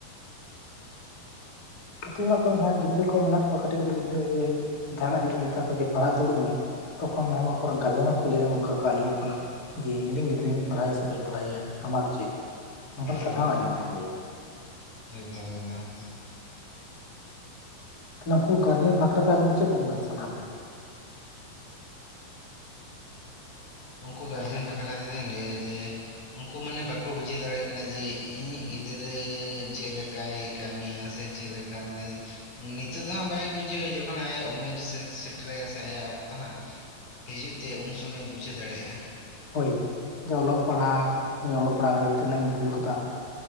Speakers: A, on the left; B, on the left.
A: ᱟᱛᱳ ᱚᱲᱟᱜ ᱠᱚᱨᱮ ᱜᱤᱫᱽᱨᱟᱹ ᱠᱚ ᱢᱮᱱᱟᱜ ᱠᱚᱣᱟ ᱠᱟᱹᱴᱤᱡ ᱠᱟᱹᱴᱤᱡ ᱜᱤᱫᱽᱨᱟᱹ ᱡᱮ ᱡᱟᱦᱟᱱᱟᱜ ᱡᱮᱴ ᱢᱮᱛᱟ ᱠᱚᱣᱟ ᱡᱮ ᱯᱟᱲᱦᱟᱜ ᱫᱩᱲᱩᱵ ᱢᱮ, ᱛᱚᱠᱷᱚᱱ ᱦᱚᱸ ᱟᱠᱚᱨᱮᱱ ᱜᱟᱨᱡᱮᱱ ᱦᱚᱸ ᱠᱚ ᱞᱟᱹᱭ ᱫᱟ ᱱᱚᱝᱠᱟ ᱠᱚ ᱟᱸᱡᱚᱢᱚᱜ ᱠᱟᱱᱟ᱾ ᱡᱮ ᱤᱧ ᱨᱮᱱ ᱜᱤᱫᱽᱨᱟᱹᱧ ᱯᱟᱲᱦᱟᱭᱟ ᱥᱮ ᱵᱟᱹᱧ ᱯᱟᱲᱦᱟᱭᱮᱟ ᱟᱢᱟᱜ ᱪᱮᱫ ᱱᱚᱝᱠᱟᱱᱟᱜ ᱠᱟᱛᱷᱟ
B: ᱦᱳᱭ
A: ᱦᱚᱸ
B: ᱦᱳᱭ
A: ᱟᱸᱡᱚᱢᱚᱜ ᱠᱟᱱ ᱜᱮᱭᱟ
B: ᱮᱠᱫᱚᱢ ᱮᱠᱫᱚᱢ
A: ᱛᱟᱦᱚᱞᱮ ᱩᱱᱠᱩ ᱜᱟᱨᱡᱮᱱ ᱵᱟᱠᱷᱨᱟᱛᱮ ᱟᱵᱮᱱ ᱪᱮᱫ ᱢᱮᱢᱮᱱ ᱥᱟᱱᱟ ᱵᱤᱱᱟ?
B: ᱩᱱᱠᱩ ᱜᱟᱨᱡᱮᱱ ᱵᱟᱠᱷᱨᱟ ᱛᱮᱫᱚᱧ ᱞᱟᱹᱭᱟ᱾ ᱡᱮ ᱩᱱᱠᱩ ᱢᱟᱱᱮ ᱵᱟᱠᱚ ᱵᱩᱡᱷᱟᱹᱣ ᱫᱟᱲᱮᱭᱟᱜ ᱠᱟᱱᱟ ᱡᱮ ᱤᱧᱟᱹᱜ ᱜᱤᱫᱽᱨᱟᱹ ᱪᱮᱫ ᱞᱮᱠᱟᱭ ᱠᱟᱹᱢᱤᱭᱟ ᱥᱮ ᱪᱮᱫ ᱞᱮᱠᱟ ᱢᱟᱱᱮ ᱱᱤᱛᱚᱜ ᱫᱚ ᱦᱟᱸᱜ ᱵᱟᱭ ᱵᱩᱡᱷᱟᱹᱣᱟ ᱡᱚᱠᱷᱚᱱ ᱟᱭᱟᱜ ᱩᱢᱮᱨ ᱥᱮᱴᱮᱨ ᱥᱮ ᱥᱮᱴᱮᱨᱟᱭᱟ ᱥᱮ ᱟᱭᱟᱜ ᱚᱠᱛᱚ ᱦᱟᱸᱜ ᱦᱤᱡᱩᱜ ᱛᱮ ᱩᱱ ᱥᱚᱢᱚᱭ ᱮ ᱵᱩᱡᱷᱟᱹᱣ ᱫᱟᱲᱮᱭᱟᱜᱼᱟ᱾
A: ᱦᱳᱭ ᱡᱮ ᱚᱞᱚᱜ ᱯᱟᱲᱦᱟᱜ ᱚᱞᱚᱜ ᱯᱟᱲᱦᱟᱣ ᱠᱟᱛᱮᱜ ᱛᱤᱱᱟᱹᱜ ᱤᱧ ᱵᱷᱩᱞ ᱠᱟᱫᱟ?